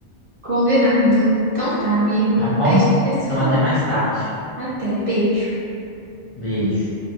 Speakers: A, on the right; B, on the left.
A: Combinado. Então tá, amigo.
B: tá bom?
A: A gente vai se
B: Então,
A: falar.
B: até mais tarde.
A: Até, beijo.
B: Beijo.